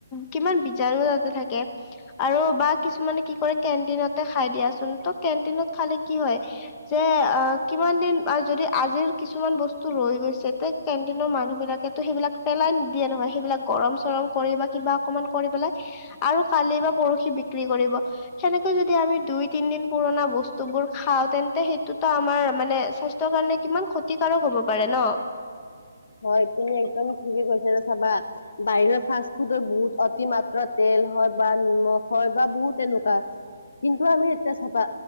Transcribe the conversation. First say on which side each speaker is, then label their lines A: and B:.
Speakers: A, on the left; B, on the left.
A: কিমান বীজাণু তাতে থাকে, আৰু বা কিছুমানে কি কৰে কেণ্টিনতে খাই দিয়াচোন ত' কেন কেণ্টিনত খালে কি হয়, যে আহ কিমান দিন বা যদি আজিৰ কিছুমান বস্তু ৰৈ গৈ ছে কেণ্টিনৰ মানুহ বিলাকেতো সেইবিলাক পেলাই নিদিয়ে নহয় সেইবিলাক গৰম চৰম কৰি বা কিবা অকমান কৰি পেলাই, আৰু কালি বা পৰহি বিক্ৰী কৰিব, সেনেকে যদি আমি দুই তিন দিন পু পুৰাণা বস্তু বোৰ খাও তেন্তে সেইটোতো আমাৰ মানে স্বাস্থ্যৰ কাৰণে কিমান ক্ষতিকাৰক হ'ব পাৰে ন,
B: <inaudible> হয় তুমি একদম ঠিকে কৈছা ন চাবা বাহিৰৰ ফাষ্ট ফুডৰ বহুত অতিমাত্ৰা তেজ, তেল হয় বা নিমখ হয় বা বহুত তেনেকুৱা। কিন্তু আমি এতিয়া চাবা